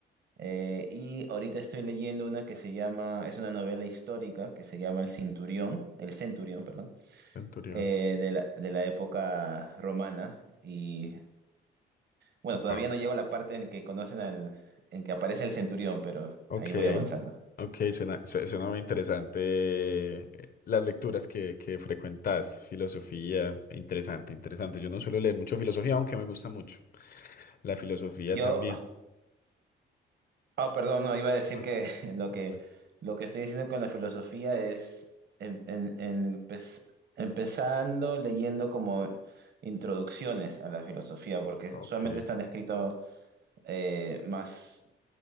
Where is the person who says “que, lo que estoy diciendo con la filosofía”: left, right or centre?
Right